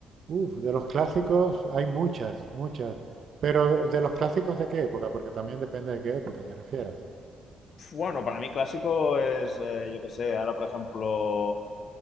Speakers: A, on the right; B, on the left.
A: Uf, de los clásicos hay muchas, muchas. Pero de los clásicos de qué época, porque también depende de qué época te refieras.
B: bueno, para mí clásico es, eh, yo qué sé, ahora por ejemplo...